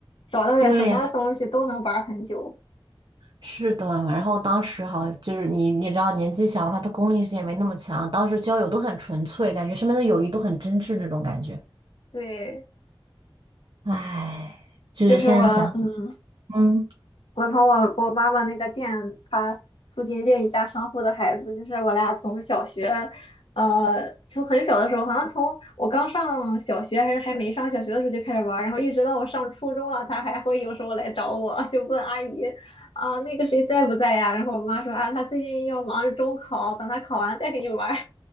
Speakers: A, on the left; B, on the right.
A: 找到点什么东西都能玩儿很久。
B: 对呀，是的。然后当时好就是你，你也知道年纪小的话，他功利性也没那么强。当时交友都很纯粹，感觉身边的友谊都很真挚那种感觉。
A: 对，
B: 唉，就是现在想，
A: 就是我嗯。
B: 嗯，
A: 我从我我妈妈那个店，她附近另一家商户的孩子，就是我俩从小学，呃，从很小的时候，好像从我刚上小学还是还没上小学的时候就开始玩儿，然后一直到我上初中了，她还会有时候来找我，<laughs> 就问阿姨啊，那个谁在不在呀？然后我妈说啊，她最近要忙着中考，等她考完再跟你玩儿。